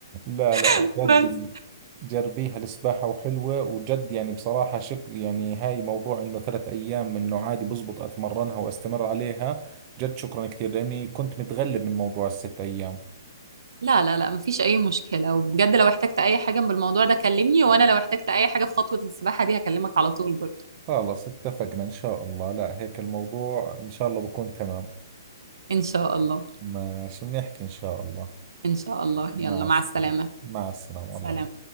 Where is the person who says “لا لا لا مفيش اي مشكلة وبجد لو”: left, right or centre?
Right